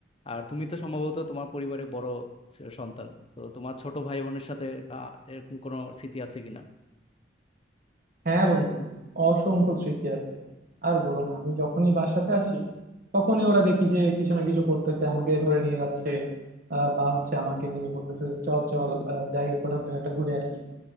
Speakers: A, on the left; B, on the right.
A: আর তুমি তো সম্ভবত তোমার পরিবারে বড় ছ- সন্তান তো তোমার ছোট ভাই বোনের সাথে আহ, এরকম কোনো স্মৃতি আছে কিনা
B: হ্যাঁ বন্ধু অসংখ্য স্মৃতি আছে আর বলো না আমি যখনই বাসাতে আসি তখনই ওরা দেখি যে কিছু না কিছু করতেছে আমাকে ধরে নিয়ে যাচ্ছে আহ, বা হচ্ছে আমাকে নিয়ে বলতেছে চল চল আহ, যাই কোথাও থেকে একটা ঘুরে আসি